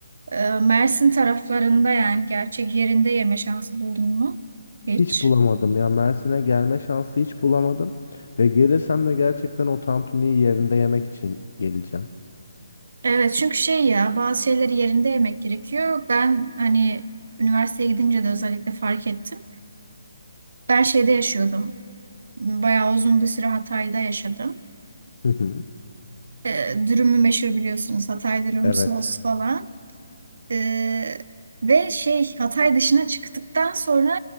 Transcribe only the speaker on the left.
Hiç bulamadım ya. Mersin'e gelme şansı hiç bulamadım. Ve gelirsem de gerçekten o tantuniyi yerinde yemek için geleceğim.
Hı hı.
Evet.